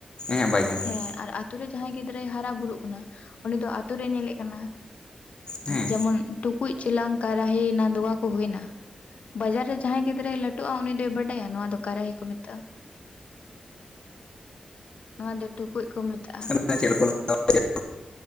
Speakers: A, on the left; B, on the left.
A: ᱦᱮᱸ ᱵᱟᱭ ᱧᱮᱞᱫᱟ
B: ᱦᱮᱸ ᱟᱨ ᱟᱛᱳ ᱨᱮ ᱡᱟᱦᱟᱸᱭ ᱜᱤᱫᱽᱨᱟᱹᱭ ᱦᱟᱨᱟ ᱵᱩᱨᱩᱜ ᱠᱟᱱᱟ ᱩᱱᱤ ᱫᱚ ᱟᱛᱳᱨᱮᱭ ᱧᱮᱞᱮᱫ ᱠᱟᱱᱟ
A: ᱦᱮᱸ
B: ᱡᱮᱢᱚᱱ ᱴᱩᱠᱩᱡ ᱪᱮᱞᱟᱝ ᱠᱟᱨᱟᱦᱤ ᱱᱟᱫᱽᱣᱟ ᱠᱚ ᱦᱩᱭᱱᱟ ᱵᱟᱡᱟᱨ ᱨᱮ ᱡᱟᱦᱟᱸᱭ ᱜᱤᱫᱽᱨᱟᱹᱭ ᱞᱟᱹᱴᱩᱜᱼᱟ ᱩᱱᱤ ᱫᱚᱭ ᱵᱟᱰᱟᱭᱟ ᱱᱚᱣᱟ ᱫᱚᱠᱟᱨᱮ ᱦᱚᱸ ᱠᱚ ᱢᱮᱛᱟᱜᱼᱟ ᱱᱚᱣᱟ ᱫᱚ ᱴᱩᱠᱩᱡ ᱠᱚ ᱢᱮᱛᱟᱜᱼᱟ
A: <unintelligible>